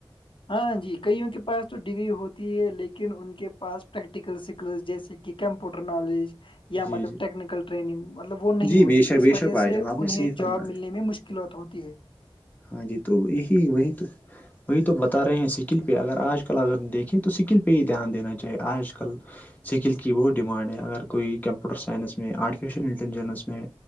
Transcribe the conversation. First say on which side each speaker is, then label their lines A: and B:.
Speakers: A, on the left; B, on the left.
A: ہاں جی کئیوں کے پاس تو ڈگری ہوتی ہے لیکن ان کے پاس پریکٹیکل سکل جیسے کہ کمپیوٹر نالج <unintelligible> یا
B: جی
A: مطلب
B: جی
A: ٹیکنیکل ٹریننگ مطلب وہ نہیں
B: جی
A: ہوتی
B: بے شک
A: اس
B: بے
A: وجہ
B: شک بھائی
A: سے
B: جان آپ
A: انہیں
B: نے صحیح فرمایا
A: جاب ملنے میں مشکلات ہوتی ہے
B: ہاں جی تو یہی وہی تو وہی تو بتا رہے ہیں اسکل پہ اگر آج کل اگر دیکھیں تو سکل پہ ہی دھیان دینا چاہیے آج کل سکل کی بہت ڈیمانڈ ہے اگر کوئی کمپیوٹر سائنس میں آرٹیفیشیل انٹیلیجنس میں